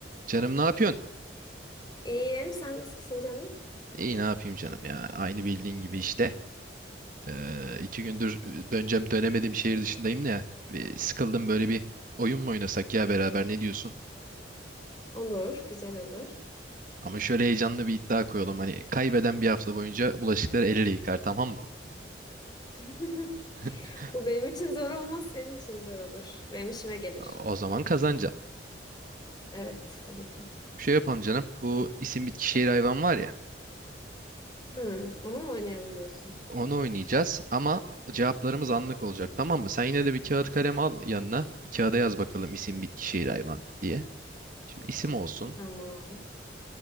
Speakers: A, on the right (about 45°); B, on the left (about 25°).
A: Canım ne yapıyorsun?
B: İyiyim. Sen nasılsın canım?
A: İyi ne yapayım canım ya. Aynı bildiğin gibi işte. Ee, iki gündür e, döneceğim dönemedim şehir dışındayım da ya. Bir sıkıldım böyle bir oyun mu oynasak ya beraber ne diyorsun?
B: Olur, güzel olur.
A: Ama şöyle heyecanlı bir iddia koyalım. Hani kaybeden bir hafta boyunca bulaşıkları el ele yıkar tamam mı?
B: <laughs>
A: <laughs>
B: Bu benim için zor olmaz, senin için zor olur. Benim işime gelir.
A: O zaman kazanacaksın.
B: Evet, tabii ki.
A: Bir şey yapalım canım. Bu isim bitki şehir hayvan var ya.
B: Hı, onu mu oynayalım diyorsun?
A: Onu oynayacağız ama cevaplarımız anlık olacak tamam mı? Sen yine de bir kağıt kalem al yanına. Bir kağıda yaz bakalım isim bitki şehir hayvan diye. Şimdi isim olsun,
B: Tamam.